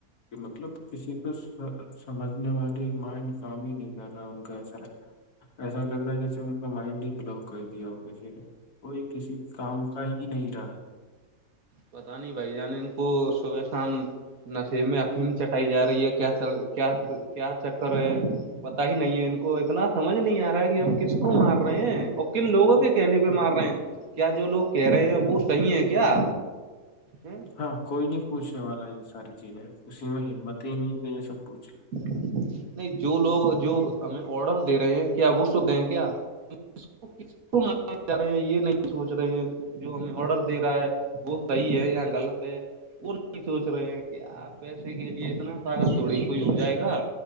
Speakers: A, on the left; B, on the right.
A: مطلب کسی پر سمجھنے والی ماں ان کام ہی نہیں کر رہا ان کا ایسا ایسا لگ رہا ہے جیسے ان کا مائنڈ ہی بلاک کر دیا ہوگا کوئی کسی کام کہیں نہیں رہا ہے
B: پتا نہیں بھائی جان ان کو صبح شام نشر میں فلم چٹائی جا رہی ہے کیا کیا کیا چکر ہے پتا ہی نہیں ہے ان کو اتنا سمج نہیں آ رہا ہے کہ ہم کس کو مار رہے ہیں کن لوگوں کے کہنے پہ مار رہے ہیں کیا جو لوگ کہہ رہے ہیں وہ صحیح ہے کیا ا
A: ہاں کوئی نہیں پوچھنے والا یہ ساری چیز ہے کسی میں ہمت ہی نہیں کہ یہ سب پوچھنا
B: نہیں جو لوگ جو ہمیں آڈر دے رہے ہیں کیا وہ سوتے ہیں کیا کس کو مانے جا رہے ہیں یہ نہیں سوچ رہے ہیں جو ہمیں آڈر دے رہا ہے وہ صحیح ہے یا غلط ہے وہ نہیں سوچ رہے ہیں کیا آپ پیسے کے لیے اتنا ساغگر تھوڑی کوئی ہو جائے گا